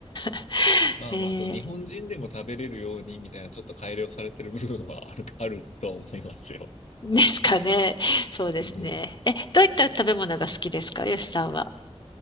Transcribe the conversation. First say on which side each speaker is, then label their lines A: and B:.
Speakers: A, on the left (about 40°); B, on the left (about 85°).
A: <laughs>
B: まあまあ、
A: え
B: そう、日本人でも食べれるようにみたいな、ちょっと改良されてる部分はある、<laughs> あるとは思いますよ。
A: ー、ですかね。そうですね。
B: うん。
A: え、どういった食べ物が好きですか、よしさんは。